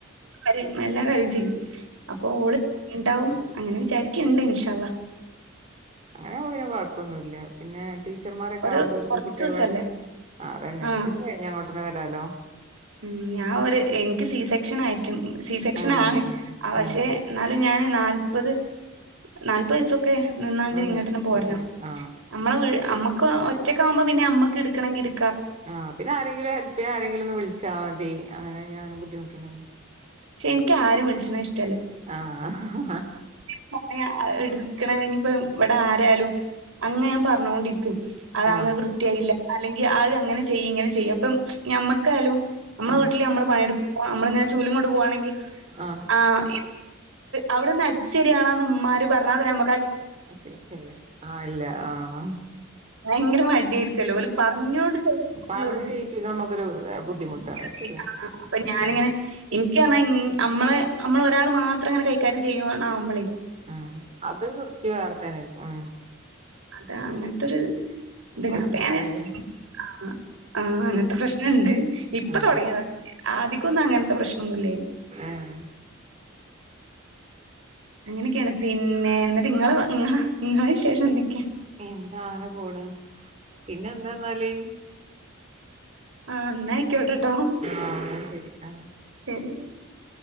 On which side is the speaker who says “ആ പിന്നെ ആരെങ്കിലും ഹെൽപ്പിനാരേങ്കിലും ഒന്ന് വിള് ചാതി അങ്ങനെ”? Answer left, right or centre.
Right